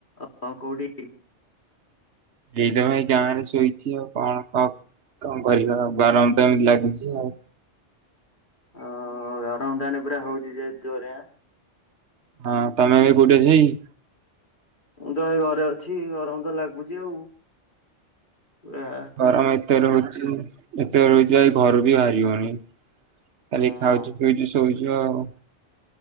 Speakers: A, on the left; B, on the right.
A: ଅହ କଉଠି?
B: ଏଇ ତ ଭାଇ ଗାଁ ରେ ଶୋଇଛି ଆଉ କଣ କ କଣ କରିବା ଆଉ ଗରମ ଟାଇମ ଲାଗୁଛି ଆଉ।
A: ହ ଆରାମଦାନ ପୁରା ହଉଛି ଯେଉରେ ଆଁ।
B: ହଁ ତମେ ଏ କୋଉଠି ଅଛେଇ?
A: ମୁଁ ତ ଏ ଘରେ ଅଛି ଗରମ ତ ଲାଗୁଛି ଆଉ। ପୁରା।
B: ଗରମ ଏତେ ରହୁଛି ଏତେ ରହୁଛି ଆ ଘରୁ ବି ବାହାରିବନି। ଖାଲି
A: ହଁ
B: ଖାଉଛି
A: ଆଉ
B: ପିଉଛୁ ଶୋଇଛୁ ଆଉ।